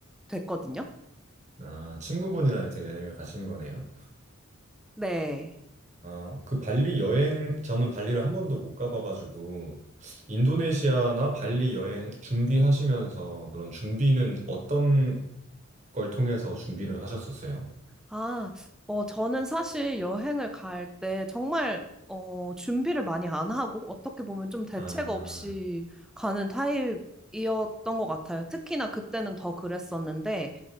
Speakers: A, in the centre; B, on the right (about 35°).
A: 됐거든요.
B: 아, 친구분이랑 이렇게 여행을 가신 거네요.
A: 네.
B: 아, 그 발리 여행, 저는 발리를 한 번도 못 가봐가지고, 인도네시아나 발리 여행 준비하시면서 그런 준비는 어떤 걸 통해서 준비를 하셨었어요?
A: 아, 어, 저는 사실 여행을 갈 때 정말 어, 준비를 많이 안 하고 어떻게 보면 좀 대책
B: 아,
A: 없이 가는 타입이었던 것 같아요. 특히나 그때는 더 그랬었는데,